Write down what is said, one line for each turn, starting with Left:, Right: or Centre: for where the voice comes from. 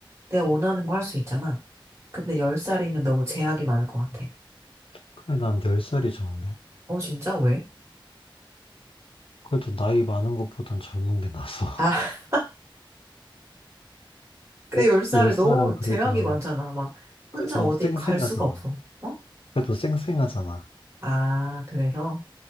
Right: 내가 원하는 거 할 수 있잖아. 근데 10살이면 너무 제약이 많을 것 같아.
Left: 그래, 난 10살이 좋은데.
Right: 어, 진짜? 왜?
Left: 그래도 나이 많은 것보단 젊은 게 나서. <laughs>
Right: 아, <laughs> 근데
Left: 그래도
Right: 10살에
Left: 10살은
Right: 너무
Left: 그래도,
Right: 제약이 많잖아. 막
Left: 그래도
Right: 혼자 어디
Left: 쌩쌩하잖아.
Right: 갈 수가 없어. 어?
Left: 그래도 쌩쌩하잖아.
Right: 아, 그래서.